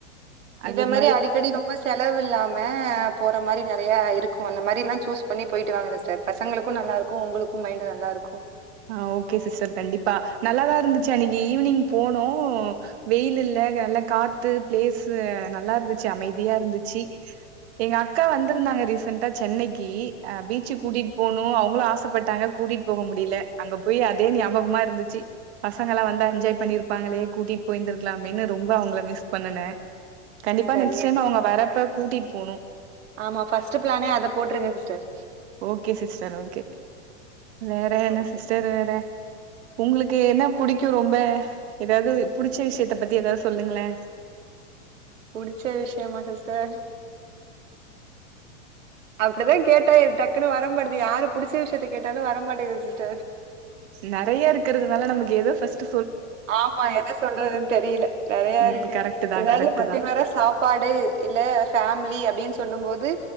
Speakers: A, on the right; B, on the right.
A: அது
B: இத
A: ஒரு
B: மாரி அடிக்கடி ரொம்ப செலவு இல்லா ம போற மாறி நெறையா இருக்கும் அந்த மாரி எல்லாம் சூஸ் பண்ணி போயிட்டு வாங்க சிஸாடர் பசங்களுக்கும் நல்லா இருக்கும் உங்களுக்கும் மைண்டு நல்லா இருக்கும்
A: ஆஹ் ஓகே சிஸ்டர் கண்டிப்பா நல்லாதா இருந்துச்சு அன்னைக்கு ஈவினிங் போனோம் வெயில் இல்ல நல்லா காத்து பிளேசு நல்லா இருந்துச்சு அமைதியா இருந்திச்சு எங்க அக்கா வந்துருந்தாங்க ரீஷ் சண்ட்டா சென்னைக்கு அ பீச்சு கூட்டிட்டு போணும் அவங்களு ஆசப்பட்டாங்க கூட்டிட்டு போக முடில அங்க போய் அதே ஞாபகமா இருந்துச்சு பசங்கலாம் வந்தா என்ஜாய் பண்ணிருப்பாங்களே கூட்டிட்டு போய்ந்திருக்கலாமேனு ரொம்ப அவங்கள மிஸ் பண்ணுனேன் கண்டிப்பா
B: சரிங்க
A: நெக்ஸ்ட் டைம்
B: சிஸ்
A: அவங்க வரப்ப கூட்டிட்டு போணும்.
B: ஆமா ஃபர்ஸ்ட் பிளானே அத போட்ருங்க சிஸ்டர்
A: ஓகே சிஸ்டர் ஓகே வேற என்ன
B: ஓகே
A: சிஸ்டர் வேற உங்களுக்கு என்ன புடிக்கும் ரொம்ப எதாவது புடிச்ச விஷயத்த பத்தி எதாவது சொல்லுங்களே
B: புடிச்ச விஷயம்மா சிஸ்டர் அப்டிதா கேட்டா டக்குன்னு வர மாட்டது யாரு புடிச்ச விஷயத்த கேட்டாலும் வரமாட்டேங்குது சிஸ்டர்
A: நெறைய இருக்கறதுனால நமக்கு எத ஃபர்ஸ்ட்
B: ஆமா எத சொல்றதுன் தெரில நெறையா
A: ம்
B: இருக்கு
A: கரெக்ட்டு தா
B: எதாது
A: கரெக்ட்டு
B: பர்டிகுலரா
A: தா
B: சாப்பாடு இல்ல ஃபேமிலி அப்டின்னு சொல்லும் போது